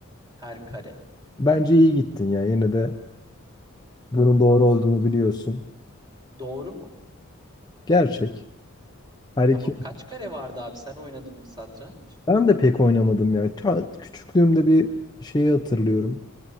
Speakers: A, on the right; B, on the left.
A: Her kare.
B: Bence iyi gittin ya. Yine de bunun doğru olduğunu biliyorsun.
A: Doğru mu?
B: Gerçek. Her
A: Tamam.
B: iki
A: Kaç kare vardı abi? Sen oynadın mı satranç?
B: Ben de pek oynamadım ya. Ta- Küçüklüğümde bir şeyi hatırlıyorum.